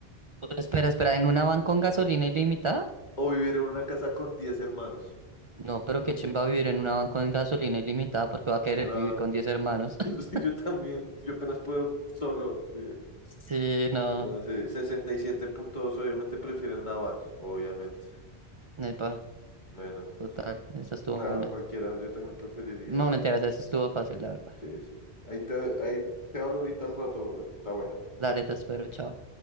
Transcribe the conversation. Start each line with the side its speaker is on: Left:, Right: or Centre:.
Right: Espera, espera, ¿en una van con gasolina ilimitada?
Left: O vivir en una casa con 10 hermanos.
Right: No, pero qué va a vivir en una van con gasolina ilimitada porque va a querer
Left: Claro.
Right: vivir con 10 hermanos. <laughs>
Left: <laughs> Sí, yo también. Yo apenas puedo solo. sí.
Right: Sí, no,
Left: No sé, Sesenta y siete punto dos, obviamente prefieren la van, obviamente.
Right: nepa,
Left: Bueno.
Right: total, esa estuvo
Left: Claro,
Right: buena.
Left: cualquiera, yo también preferiría
Right: No,
Left: eso.
Right: mentiras, eso estuvo fácil, la verdad.
Left: Sí, sí. Ahí te, ahí te hablo ahorita al rato, bro. La buena.
Right: Dale, te espero, chao.